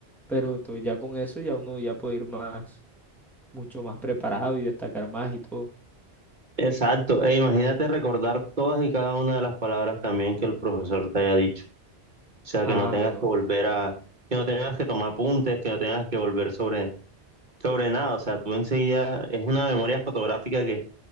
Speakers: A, in the centre; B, on the right.
A: pero entonces ya con eso ya uno ya puede ir más, mucho más preparado y destacar más y todo.
B: Exacto, e imagínate recordar todas y cada una de las palabras también que el profesor te haya dicho. O sea,
A: Ah,
B: que no tengas
A: no, no.
B: que volver a, que no tengas que tomar apuntes, que no tengas que volver sobre, sobre nada. O sea, tú enseguida es una memoria fotográfica que